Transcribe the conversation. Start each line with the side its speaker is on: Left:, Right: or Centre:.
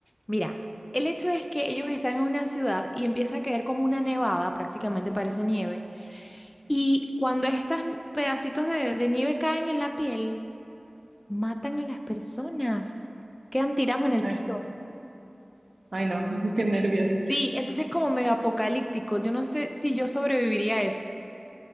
Left: mira, el hecho es que ellos están en una ciudad y empieza a caer como una nevada, prácticamente parece nieve, y cuando estos pedacitos de de nieve caen en la piel, Matan a las personas. Quedan tirados en el
Right: Ay,
Left: piso.
Right: ay, no, <laughs> qué nervios.
Left: Sí, entonces es como medio apocalíptico. Yo no sé si yo sobreviviría a eso.